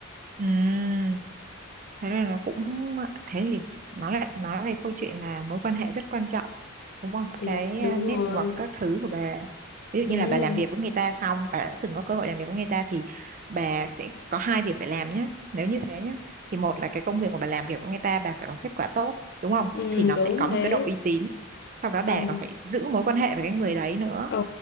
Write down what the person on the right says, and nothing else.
ừ thế nên nó cũng thế thì nó lại nói về câu chuyện là mối quan hệ rất quan trọng đúng không
cái
à, network
các thứ của bà ví dụ
như là bà làm việc với người ta xong bà đã từng có cơ hội làm việc với người ta thì bà sẽ có hai việc phải làm nhé nếu như thế nhé thì một là cái công việc mà bà làm việc với người ta bà phải có kết quả tốt đúng không
thì nó
sẽ có một
cái độ uy tín sau đó bà
còn phải giữ mối quan hệ với cái người đấy nữa